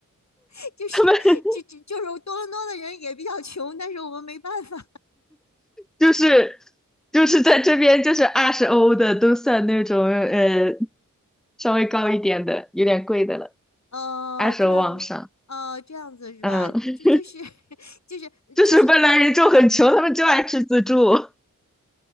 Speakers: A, on the left; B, in the centre.
A: <laughs> 就是就就就是多伦多的人也比较穷，
B: 他们 <laughs>
A: 但是我们没办法。
B: 就是就是在这边就是二十欧的都算那种呃稍微高一点的，有点贵的了，
A: 哦，
B: 二十欧往上。
A: 这样，哦，这样子是吧？
B: 嗯，
A: 就就是 <laughs> 就是就是
B: <laughs> 就是芬兰人就很穷，他们就爱吃自助。